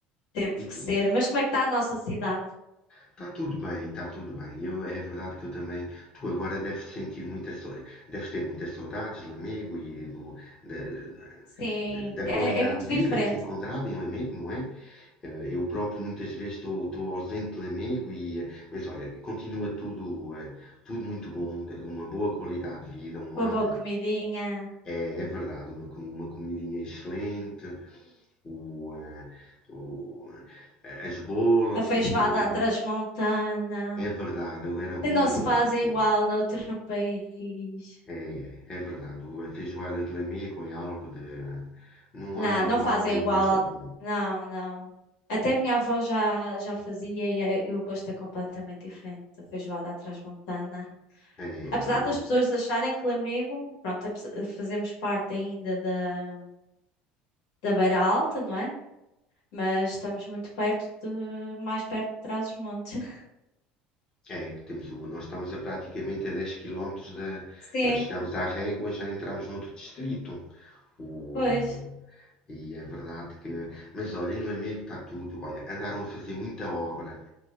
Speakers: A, on the left; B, on the left.
A: teve
B: E,
A: que ser, mas como é que está a nossa cidade?
B: Está tudo bem, está tudo bem. Eu, é verdade que eu também. Tu agora deves sentir muita. sau- Deves ter muitas saudades de Lamego e do, da,
A: Sim,
B: da- da
A: é,
B: qualidade
A: é muito
B: de
A: diferente,
B: vida que se encontrava em Lamego, não é? Eh, Eu próprio muitas vezes estou, estou ausente de Lamego e. eh, Mas olha, continua tudo, eh, tudo muito bom, de- uma boa qualidade de vida, um
A: com
B: ar.
A: a boa
B: eh,
A: comidinha,
B: É, é verdade, uma, co- uma comidinha excelente, o, eh, o- eh, as bolas
A: a feijoada
B: continuam
A: à transmontana,
B: é verdade, eu era uma
A: que não se
B: delícia.
A: faz igual noutro país.
B: É, é, é verdade. O- A feijoada de Lamego é algo de. Não
A: Não,
B: há igual
A: não fazem
B: e
A: igual.
B: mais nada.
A: Não, não. Até minha avó já, já fazia e é- e o gosto é completamente diferente da feijoada à transmontana.
B: É,
A: Apesar
B: o,
A: das pessoas acharem que Lamego, pronto, apes- fazemos parte ainda da, da Beira Alta, não é? Mas estamos muito perto de, mais perto de Trás-os-Montes. <laughs>
B: É, temos o, nós estamos a praticamente a 10 quilómetros da.
A: Sim,
B: Chegámos à Régua, já entramos noutro distrito. O,
A: pois.
B: ah, e é verdade que. Mas olha, em Lamego está tudo. Olha, andaram a fazer muita obra.